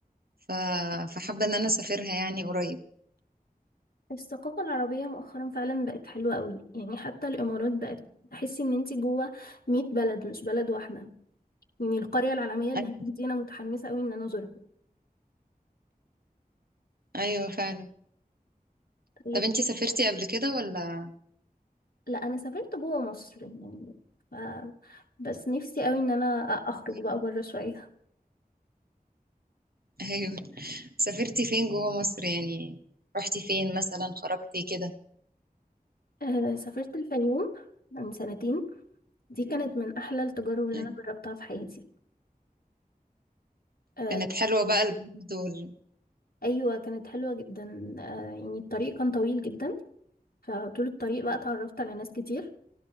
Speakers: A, on the right (about 75°); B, on the left (about 75°).
A: ف... فحابه ان انا اسافرها يعني قريب
B: الثقافة العربية مؤخرا فعلا بقت حلوة قوي يعني حتى الإمارات بقت تحسي إن انتي جوه 100 بلد مش بلد واحدة يعني القرية العالمية اللي
A: ايوه
B: هناك دي أنا متحمسة قوي إن أنا أزورها
A: ايوه فعلا
B: طيب
A: طب انتي سافرتي قبل كده ولا
B: لا انا سافرت جوه مصر يعني ف... بس نفسي قوي ان انا اخرج
A: إيه؟
B: بقى بره شويه
A: ايوه سافرتي فين جوه مصر يعني رحتي فين مثلا خرجتي كده
B: آه سافرت الفيوم من سنتين دي كانت من احلى التجارب اللي
A: أيوة.
B: انا جربتها في حياتي آه
A: كانت حلوة بقى البلد وال...
B: ايوه كانت حلوه جدا آه يعني الطريق كان طويل جدا فطول الطريق بقى اتعرفت على ناس كتير